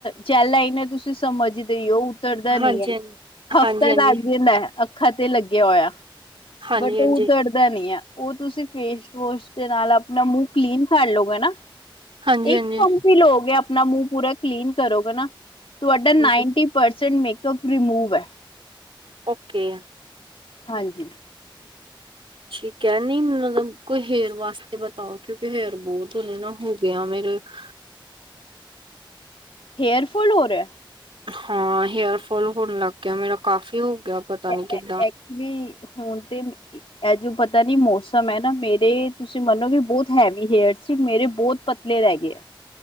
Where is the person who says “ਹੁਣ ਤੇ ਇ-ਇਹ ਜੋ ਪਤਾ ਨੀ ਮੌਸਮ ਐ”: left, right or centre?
Left